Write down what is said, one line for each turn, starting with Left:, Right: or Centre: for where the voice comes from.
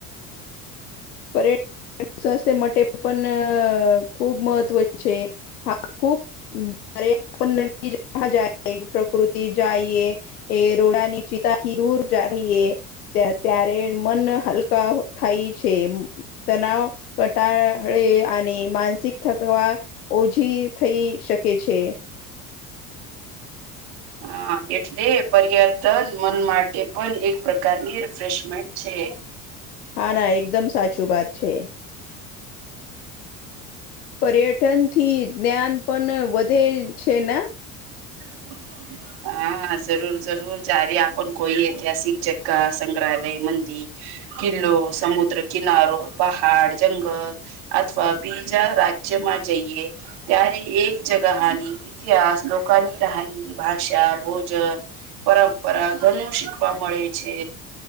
Left: પર્યટન સ્વાસ્થ્ય માટે પણ ખૂબ મહત્વ છે, હા ખૂબ જારે આપ નવી જ જાય પ્રકૃતિ જઈએ. એ રોડા ની ચિતાથી દૂર જ રહીએ. ત ત્યારે મન હલકા થાય છે. તનાવ કટાે અને માનસિક થકવા. ઓછી થઈ શકે છે.
Right: હા એટલે પર્યર્તન મન માટે પણ એક પ્રકારની રિફ્રેશમેન્ટ છે.
Left: હા ના એકદમ સાચું વાત છે. પર્યટન થી જ્ઞાન પણ વધે છે, ના
Right: <inaudible> હા જરૂર જરૂર જ્યારે આપ કોઈ ઐતિહાસિક જગ્ગ સંગ્રહાલય મંદિર કિલ્લો સમુદ્ર કિનારો પહાડ જંગલ અથવા બીજા રાજ્યમાં જઈએ ત્યારે એક જગહની. તિહાસ લોકની રાહની ભાષા ભોજન પરંપરા ઘણું શીખવા મળે છે.